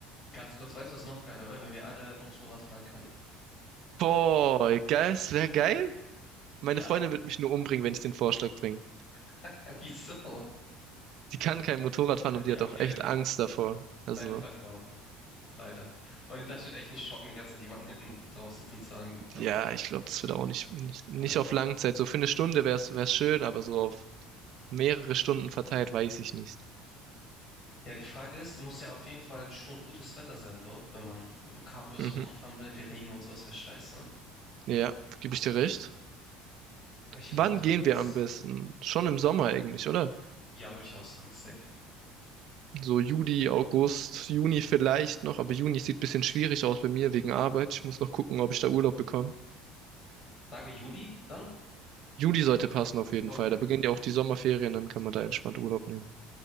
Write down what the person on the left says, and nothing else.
Ganz kurz, weißt du, was noch geiler wäre, wenn wir alle Motorrad fahren könnten?
Ja,
<laughs> wieso?
Ja,
okay,
meine Freundin auch, leider. Und das wird echt nicht schocken, die ganze Zeit jemanden hinten drauf sitzen zu haben, glaube
ich.
Ja.
Ja, die Frage ist, muss ja auf jeden Fall schon gutes Wetter sein dort, wenn man mit dem Cabrio so
rumfahren will, der Regen und sowas wäre scheiße. ne?
Welche
Monate
wären das?
Ja, würde ich auch sagen, safe.
Sagen wir Juli dann?
Okay.